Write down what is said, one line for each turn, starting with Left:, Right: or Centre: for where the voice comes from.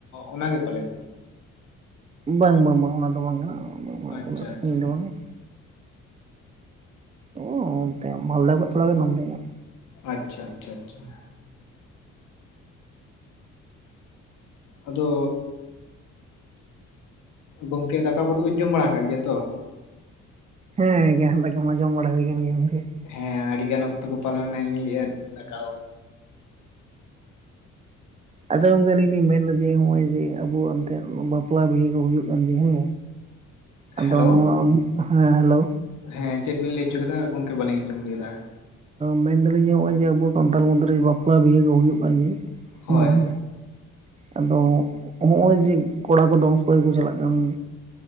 Left: ᱚᱱᱟ ᱜᱮ ᱯᱟᱞᱮᱫ?
Right: ᱵᱟᱝ ᱵᱟᱝ ᱵᱟᱝ, ᱚᱱᱟ ᱫᱚ ᱵᱟᱝ ᱠᱟᱱᱟ,
Left: ᱟᱪᱪᱷᱟ
Right: ᱩᱱᱟᱹᱜ ᱥᱟᱹᱜᱤᱧ
Left: ᱟᱪᱪᱷᱟ
Right: ᱫᱚ ᱵᱟᱝ-ᱟ ᱾ ᱚᱻ ᱚᱱᱛᱮ ᱢᱟᱞᱫᱟ ᱠᱷᱚᱡ ᱛᱷᱚᱲᱟ ᱜᱮ ᱱᱚᱱᱛᱮ ᱧᱚᱜ ᱾
Left: ᱟᱪᱪᱷᱟ ᱟᱪᱪᱷᱟ ᱟᱪᱪᱷᱟ ᱾ ᱟᱫᱚ, ᱜᱚᱢᱠᱮ ᱫᱟᱠᱟ ᱠᱚᱫᱚ ᱵᱤᱱ ᱡᱚᱢ ᱵᱟᱲᱟ ᱟᱠᱟᱫ ᱜᱮᱭᱟ ᱛᱚ?
Right: ᱦᱮᱸ ᱜᱮ, ᱫᱟᱠᱟ ᱢᱟ ᱡᱚᱢ ᱵᱟᱲᱟ ᱦᱩᱭ ᱟᱠᱟᱱ ᱜᱮᱭᱟ ᱜᱚᱢᱠᱮ ᱾
Left: ᱦᱮᱸ ᱟᱹᱰᱤ ᱜᱟᱱ ᱚᱠᱛᱚ ᱠᱚ ᱯᱚᱞᱚᱢ ᱮᱱᱟ, ᱤᱧ ᱤᱧ ᱞᱟᱹᱭᱮᱫᱼᱟ ᱫᱟᱠᱟ
Right: ᱟᱪᱪᱷᱟ ᱜᱚᱢᱠᱮ, ᱟᱞᱤᱧ ᱞᱤᱧ ᱢᱮᱱ ᱮᱫᱟ ᱡᱮ ᱱᱚᱜᱼᱚᱭ ᱡᱮ ᱟᱵᱚᱣᱟᱜ ᱚᱱᱛᱮ ᱵᱟᱯᱞᱟ ᱵᱤᱦᱟᱹ ᱠᱚ ᱦᱩᱭᱩᱜ ᱠᱟᱱ ᱡᱮ ᱦᱮᱸ, ᱟᱫᱚ
Left: ᱦᱮᱞᱳ
Right: ᱱᱚᱣᱟ ᱦᱮᱸ ᱦᱮᱞᱳ
Left: ᱦᱮᱸ, ᱪᱮᱫ ᱵᱤᱱ ᱞᱟᱹᱭ ᱦᱚᱪᱚ ᱠᱮᱫᱟ ᱜᱚᱢᱠᱮ ᱵᱟᱹᱞᱤᱧ ᱟᱸᱡᱚᱢ ᱞᱮᱫᱟ ᱾
Right: ᱢᱮᱱ ᱮᱫᱟᱞᱤᱧ ᱡᱮ ᱱᱚᱜᱼᱚᱭ ᱡᱮ ᱟᱵᱚ ᱥᱟᱱᱛᱟᱲ ᱢᱚᱫᱽᱫᱷᱮ ᱨᱮ ᱵᱟᱯᱞᱟ ᱵᱤᱦᱟᱹ ᱠᱚ ᱦᱩᱭᱩᱜ ᱠᱟᱱ ᱜᱮᱭᱟ ᱾
Left: ᱦᱳᱭ
Right: ᱦᱮᱸ, ᱟᱫᱚ ᱦᱚᱜᱼᱚᱭ ᱡᱮ ᱠᱚᱲᱟ ᱠᱚᱫᱚ ᱫᱚᱢᱮ ᱠᱚ ᱪᱟᱞᱟᱜ ᱠᱟᱱ